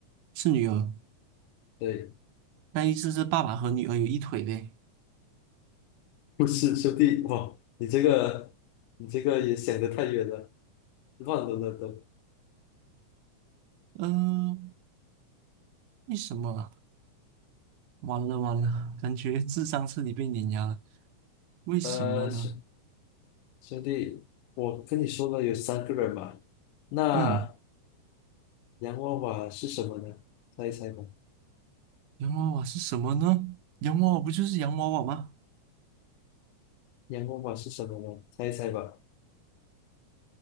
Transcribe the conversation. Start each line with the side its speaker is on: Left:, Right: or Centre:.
Right: 是女儿，
Left: 对，
Right: 那意思是爸爸和女儿有一腿呗？
Left: 不是兄弟。哇，你这个，你这个也想得太远了，乱伦了都。
Right: 嗯、为什么啊？完了完了，感觉智商彻底被碾压了。为什么呢？
Left: 呃，兄兄弟，我跟你说了有三个人嘛，那
Right: 嗯，
Left: 洋娃娃是什么呢？猜一猜吧。
Right: 洋娃娃是什么呢？洋娃娃不就是洋娃娃吗？
Left: 洋娃娃是什么呢？猜一猜吧。